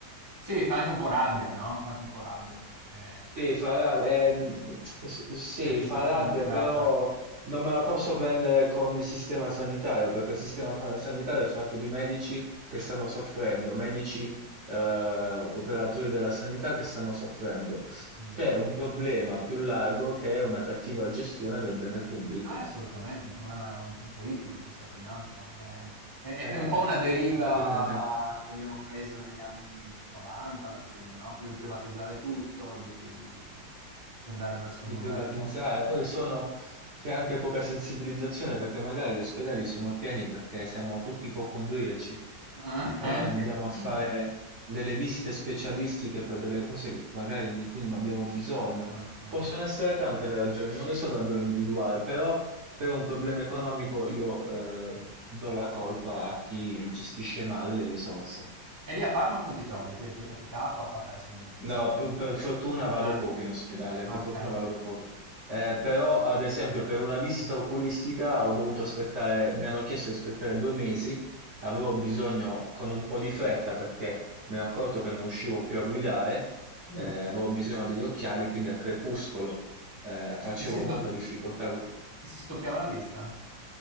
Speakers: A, on the right (about 15°); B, on the right (about 60°).
A: Sì, fa anche un po' rabbia, no, fa anche un po' rabbia perché
B: Sì, fa rabbia, ehm, s- sì,
A: che sensazione
B: fa rabbia,
A: ti dà
B: però
A: a te?
B: non me la posso prendere con il sistema sanitario, perché il sistema fa- sanitario è fatto di medici che stanno soffrendo, medici, eh, operatori della sanità che stanno soffrendo.
A: Mh.
B: C'è un problema più largo che è una cattiva gestione del bene pubblico.
A: Ah, assolutamente, è un problema un politico che sta più in alto. È è è è
B: Eh,
A: un po' una deriva
B: inevitabilmente.
A: che abbiamo preso negli anni '90 alla fine, no, quello di privatizzare tutto, di di di di di di andare verso
B: di
A: un modello
B: privatizzare. Poi sono, c'è anche poca sensibilizzazione perché magari gli ospedali sono pieni perché siamo tutti ipocondriaci
A: <laughs> Ah,
B: e
A: anche.
B: andiamo a fare
A: Mh,
B: delle visite specialistiche per delle cose che magari di cui non abbiamo bisogno.
A: mh, mh,
B: Possono
A: mh,
B: essere tante le ragioni, non le so davvero individuare, però per un problema economico io
A: mh.
B: eh, do la colpa a chi gestisce male le risorse.
A: E lì a Parma come ti trovi? Ti è, ti è capitato, a parte adesso il dentista?
B: No, per, per fortuna vado
A: Ah,
B: poco in ospedale,
A: ah,
B: per
A: ok.
B: fortuna vado poco. Eh, però, ad esempio, per una visita oculistica ho dovuto aspettare, mi hanno chiesto di aspettare due mesi, avevo bisogno con un po' di fretta perché mi ero accorto che non riuscivo più a guidare,
A: Mm.
B: eh, avevo bisogno degli occhiali, quindi al crepuscolo eh, facevo
A: Ti si sdo-
B: molta difficoltà
A: ti si sdoppiava la vista?